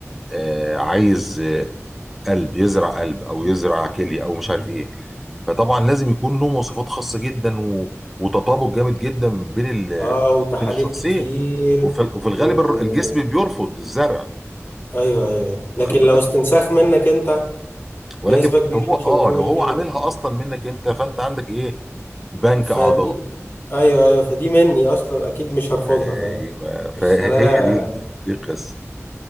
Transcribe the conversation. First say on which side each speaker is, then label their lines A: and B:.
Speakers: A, in the centre; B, on the left.
A: آه، عايز آه، قلب يزرع قلب او يزرع كليه او مش عارف ايه فطبعا لازم يكون له مواصفات خاصه جدا و... وتطابق جامد جدا بين ال...
B: اه وتحاليل
A: بين الشخصين
B: كتير
A: وفي, وفي الغالب
B: و...
A: الر-
B: و-
A: الجسم بيرفض الزرع
B: ايوه ايوه ايوه لكن
A: واخد بالك
B: لو استنساخ منك انت
A: ولكن
B: بنسبه كبيره
A: لو هو
B: مش
A: اه
B: هيبقى فيه
A: لو
B: مشكله
A: هو عاملها
B: طبعا
A: اصلا منك انت فانت عندك ايه بنك
B: فدي
A: اعضاء
B: ايوه ايوه فدي مني اصلا اكيد مش هرفضها
A: ايوه
B: فاهم
A: فهي
B: الخلايا
A: دي دي القصه